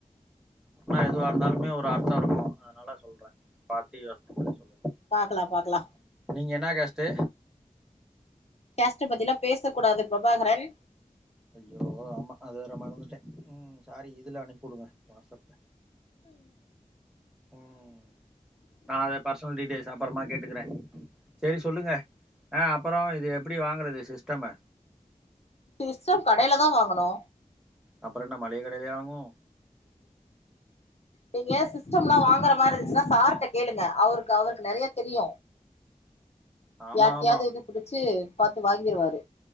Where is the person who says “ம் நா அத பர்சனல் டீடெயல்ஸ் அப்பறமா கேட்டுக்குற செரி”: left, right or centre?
Centre